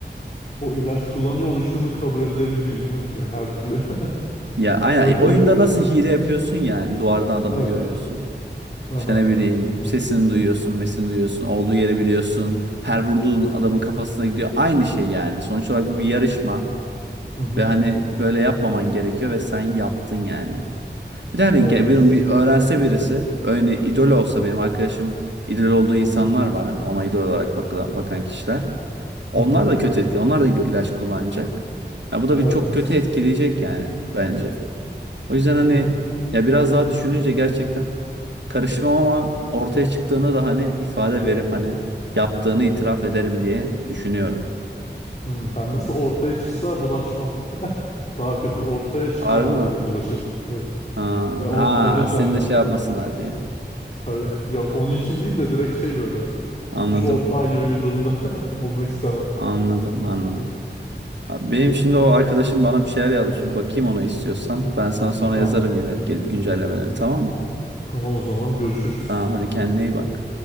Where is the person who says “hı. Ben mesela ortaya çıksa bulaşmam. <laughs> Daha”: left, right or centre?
Left